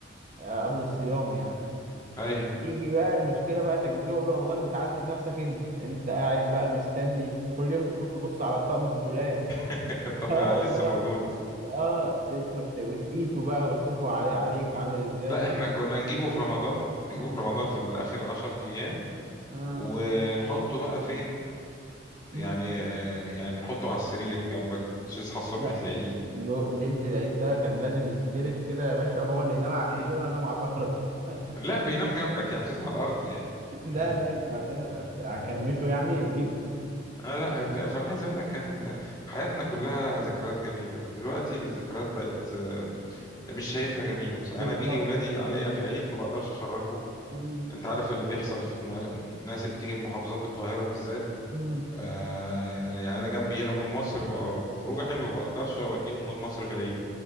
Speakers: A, on the right; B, on the left.
A: آه، قبل الصيام يعني
B: ايوه
A: يجي
B: ايوه
A: بقى المشكله بقى انك بتجيبه قبل رمضان بتعذب نفسك انت انت قاعد بقى مستني كل يوم تدخل تبص على الطقم في الدولاب
B: <laughs> اطمن
A: <laughs> اه والله
B: عليه لسه موجود
A: اه تدخل ت- وتقيسه بقى وتشوفه علي عليك عامل ازاي
B: لا احنا كنا نجيبه في رمضان نجيبه
A: اه
B: في رمضان في اخر 10 ايام
A: اه
B: ونحطه بقى فين
A: مم.
B: يعني آه، يعني نحطه على السرير جنبك تصحى الصبح
A: لا
B: تلاقيه
A: يو ليله العيد ده كان لازم يتفرد كده يا باشا هو اللي ينام على السرير
B: مم.
A: وانا انام على الارض <laughs>
B: لا بينام جنبك يعني مش لازم على الارض يعني
A: لا
B: <laughs>
A: لازم عشان اكرمشه يعني يرضيك
B: آه لا لا، فانا عايز اقول لك كان حياتنا كلها ذكريات جميله دلوقتي الذكريات بقت آه، مش شايفها جميله بصراحه
A: بالظبط
B: يعني انا بيجي ولادي عليا في العيد ما بقدرش اخرجهم
A: مم.
B: انت عارف اللي بيحصل في م- ناس اللي بتيجي من محافظات القاهره بالذات
A: مم.
B: آه يعني انا جنبي هنا مول مصر ما- خروجه حلوه ما بقدرش اوديهم مول مصر في العيد